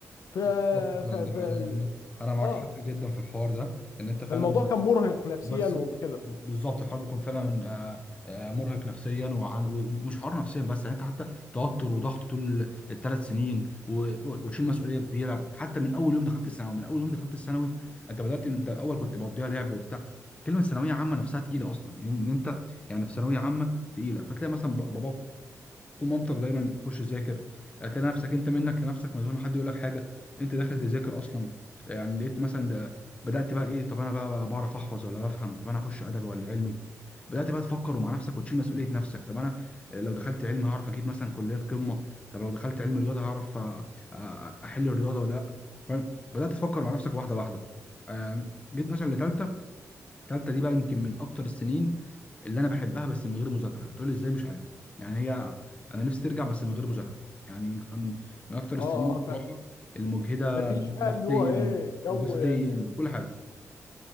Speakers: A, on the left; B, on the left.
A: ف
B: بالظبط فعلا
A: ف, ف...
B: دي حقيقة أنا أنا معاك
A: اه
B: حق جدا في الحوار ده إن أنت فعلا
A: فالموضوع كان مرهق نفسيا
B: بس
A: وكده
B: بالظبط الحوار بيكون فعلا آه، آه، مرهق نفسيا وعن- و- ومش حوار نفسيا بس يعني انت حتى توتر وضغط طول الثلاث سنين و- و- وشيل مسؤوليه كبيره حتى من اول يوم دخلت الثانوي من اول يوم دخلت الثانوي انت بدات انت الاول كنت بقضيها لعب وبتاع كلمه ثانويه عامه نفسها تقيله اصلا ان انت يعني في ثانويه عامه تقيله فتلاقي مثلا ب- باباك قوم مامتك دايما خش ذاكر هتلاقي نفسك انت منك لنفسك من غير ما حد يقول لك حاجه انت داخل تذاكر اصلا يعني لقيت مثلا ده بدات بقى ايه طب انا بقى, بقى بعرف احفظ ولا بفهم طب انا اخش ادبي ولا علمي بدات بقى تفكر مع نفسك وتشيل مسؤوليه نفسك طب انا لو دخلت علمي هعرف اجيب مثلا كليات قمه طب لو دخلت علم رياضه هعرف أ- أ- احل الرياضه ولا لا فاهم بدات تفكر مع نفسك واحده واحده آه، جيت مثلا لتالتة التالتة دي بقى يمكن من اكتر السنين اللي انا بحبها بس من غير مذاكرة تقول لي ازاي مش عارف يعني هي انا نفسي ترجع بس من غير مذاكرة يعني من من, من اكتر
A: اه
B: السنين
A: اه
B: بصراحة
A: ف
B: المجهدة
A: مفيش
B: نفسيا
A: بقى اللي هو ايه جو
B: وجسديا كل حاجة